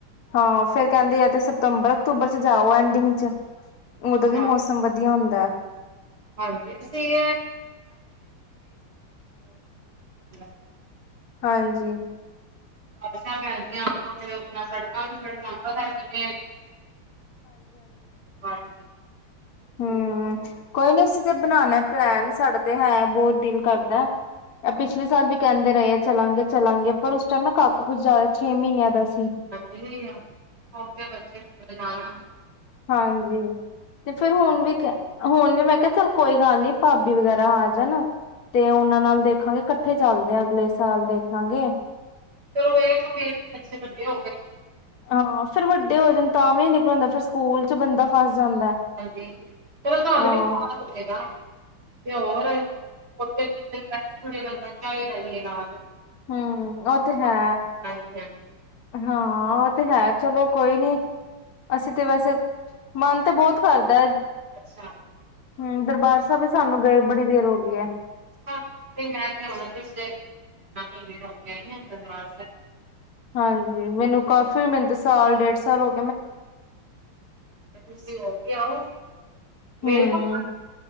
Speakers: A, on the left; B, on the right.
A: ਹਾਂ ਫਿਰ ਕਹਿੰਦੇ ਆ ਤੇ ਸਤੰਬਰ ਅਕਤੂਬਰ ਚ ਜਾਓ ਐਂਡਿੰਗ ਚ
B: ਅੱਛਾ
A: ਉਦੋਂ ਵੀ ਮੌਸਮ ਵਧੀਆ ਹੁਣ ਦਾ
B: ਹਾਂਜੀ ਅਸੀ <unintelligible> <inaudible>
A: ਹਾਂਜੀ
B: ਅਸਾਂ ਕਰਦੀਆਂ ਆਣ ਦੋ ਫੇਰ ਸੜਕਾਂ ਨੂੰ ਸੜਕ ਪਤਾ ਕਿਵੇਂ ਹਾਂਜੀ
A: ਹੂੰ ਕੋਈ ਨੀ ਅਸੀਂ ਤੇ ਬਣਾਣਾ ਪਲੈਨ ਸਾਡਾ ਤੇ ਹੈ ਬਹੁਤ ਦਿਲ ਕਰਦਾ ਪਿਛਲੇ ਸਾਲ ਵੀ ਕਹਿੰਦੇ ਰਹੇ ਆ ਚਲਾਂਗੇ ਚਲਾਂਗੇ ਪਰ ਉਸ ਟਾਈਮ ਨਾ ਕਾਕਾ ਕੁੱਝ ਜ਼ਿਆਦਾ ਛੇ ਮਹੀਨਿਆਂ ਦਾ ਸੀ‌
B: ਹਾਂਜੀ ਹੁਣ ਤੇ ਬੱਚੇ ਜਾਣਾ
A: ਹਾਂਜੀ ਤੇ ਫਿਰ ਹੁਣ ਵੀ ਕ ਹੁਣ ਵੀ ਮੈਂ ਕਿਹਾ ਚੱਲ ਕੋਈ ਗੱਲ ਨੀ ਭਾਬੀ ਵਗੈਰਾ ਆ ਜਾਣਾ ਤੇ ਉਹਨਾਂ ਨਾਲ ਦੇਖਾਂਗੇ ਇਕੱਠੇ ਚੱਲਦੇ ਆ ਅਗਲੇ ਸਾਲ ਦੇਖ ਲਾਂਗੇ
B: ਚਲੋ ਇਹ ਮੇਰੇ ਬੱਚੇ ਵੱਡੇ ਹੋ ਗਏ ਨੇ।
A: ਹਾਂ ਫੇਰ ਵੱਡੇ ਹੋ ਜਾਂਣ ਤਾਂ ਵੀ ਨਿਕਲਣਦਾ ਫਿਰ ਸਕੂਲ ਚ ਬੰਦਾ ਫਸ ਜਾਂਦਾ
B: ਹਾਂਜੀ ਚਲੋ ਤੁਹਾਨੂੰ
A: ਹਾਂ
B: ਵੀ ਸਾਲ ਹੋਜੇਗਾ ਤੇ ਹੋਰ <inaudible> ਵੀ ਏ ਨਾਲ।
A: ਹੂੰ ਉਹ ਤੇ ਹੈ।
B: ਹਾਂਜੀ ਹਾਂਜੀ।
A: ਹਾਂ ਉਹ ਤੇ ਹੈ। ਚਲੋ ਕੋਈ ਨੀ ਅਸੀਂ ਤੇ ਵੈਸੇ ਮਨ ਤੇ ਬਹੁਤ ਕਰਦਾ ਐ। ਹੂੰ
B: ਅੱਛਾ
A: ਦਰਬਾਰ ਸਾਹਿਬ ਵੀ ਸਾਨੂੰ ਗਏ ਬੜੀ ਦੇਰ ਹੋ ਗਈ ਹੈ।
B: <unintelligible>
A: ਹਾਂਜੀ। ਮੈਨੂੰ ਕਾਫੀ ਮੈਨੂੰ ਤਾਂ ਸਾਲ ਡੇਢ ਸਾਲ ਚਲੋ
B: ਤੇ ਤੁਸੀਂ ਹੈਗੇ ਆਓ। ਮੇਰੇ
A: ਹਮ
B: ਕੋਲ